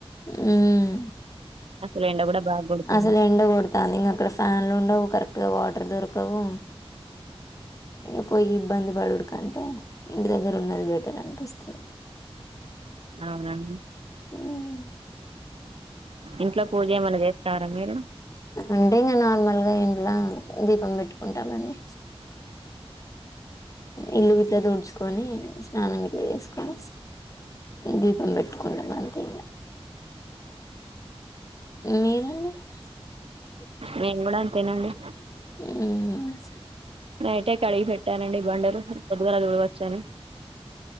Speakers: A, on the left; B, on the right.
A: మ్మ్
B: అసలు ఎండ కూడా బాగా కొడుతుంది
A: అసలు ఎండ కొడతాంది ఇంకా అక్కడ ఫ్యాన్లు ఉండవు కరెక్ట్ గా వా ఎ దొరకవు ఇంక పోయి ఇబ్బంది పడుడు కంటే ఇంటి దగ్గర ఉన్నది బెటర్ అనిపిస్తుంది
B: అవునండి
A: మ్మ్
B: ఇంట్లో పూజ ఏమనా చేస్తారా మీరు
A: అంటే ఇంక నార్మల్ గా ఇంట్లా దీపం పెట్టుకుంటామండి ఇల్లు విట్టది ఉడ్స్కో కొని స్నానం చేసుకొని దీపం పెట్టుకుంటాం అంతే ఇంగ మీరండి మ్మ్
B: మేము కూడా అంతేనండి నైటే కడిగి ఫెట్ వుంటానండి బండరు <inaudible> సడి